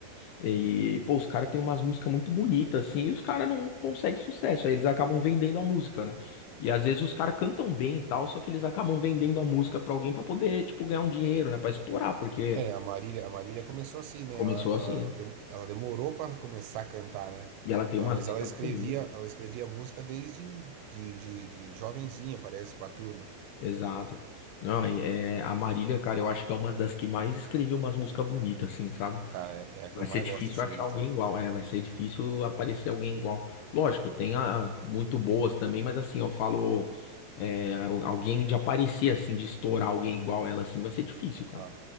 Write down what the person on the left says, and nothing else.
E, pô, os caras têm umas músicas muito bonitas, assim, e os caras não conseguem sucesso. Aí eles acabam vendendo a música, né? E às vezes os caras cantam bem e tal, só que eles acabam vendendo a música pra alguém pra poder, tipo, ganhar um dinheiro, né? Pra estourar, porque
começou
assim.
E ela tem
umas
letras
muito lindas, cara.
Exato. Não, é, é- a Marília, cara, eu acho que é uma das que mais escreveu umas músicas bonitas, assim, sabe?
Vai
ser
difícil
achar
alguém
igual. É, vai ser difícil aparecer alguém igual. Lógico, tem a, muito boas também, mas assim, eu falo. é, al- alguém de aparecer assim, de estourar alguém igual ela assim, vai ser difícil, cara.